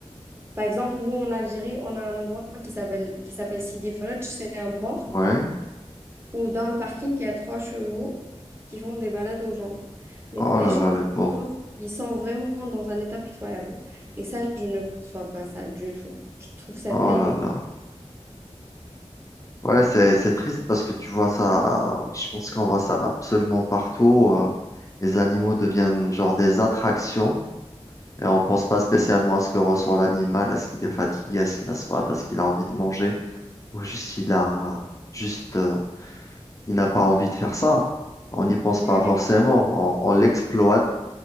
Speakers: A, on the right; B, on the left.
A: par exemple, nous en Algérie, on a un endroit qui s'appelle qui s'appelle Sidi Fredj, c'est un port.
B: Ouais.
A: Ou dans le parking, il y a trois chevaux qui font des balades aux gens. Mais
B: Oh
A: les
B: là
A: chevaux,
B: là, les pauvres.
A: les pauvres, ils sont vraiment dans un état pitoyable. Et ça, je ne conçois pas ça du tout. Je trouve ça
B: Oh
A: tellement...
B: là là. Ouais, c'est, c'est triste parce que tu vois ça, euh, je pense qu'on voit ça absolument partout. euh, les animaux deviennent genre des attractions et on pense pas spécialement à ce que ressent l'animal, à ce qu'il est fatigué, à ce qu'il a soif, à ce qu'il a envie de manger, ou juste il a juste euh, il n'a pas envie de faire ça. On n'y pense
A: Ouais.
B: pas forcément. On, on l'exploite